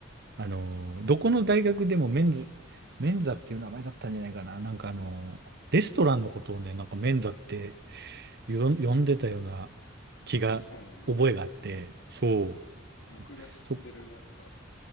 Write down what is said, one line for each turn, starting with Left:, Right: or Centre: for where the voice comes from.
Right: あの、どこの大学でもメンズ、メンザっていう名前だったんじゃないかな。なんかあの、レストランのことをね、なんかメンザってよ呼んでたような気が、
Left: お、そうなんですか。
Right: 覚えがあって、そう、
Left: 僕が知ってるなんか
Right: そ、